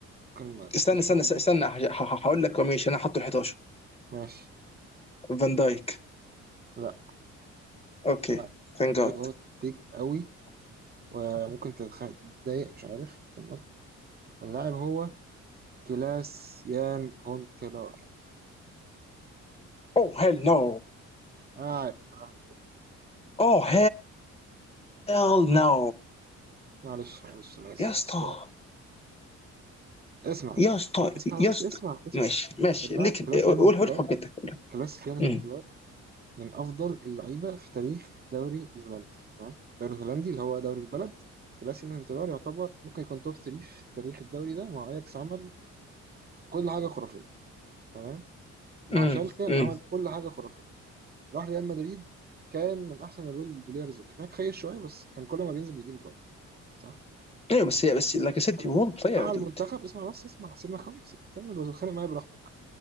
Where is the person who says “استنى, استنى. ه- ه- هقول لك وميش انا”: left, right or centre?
Left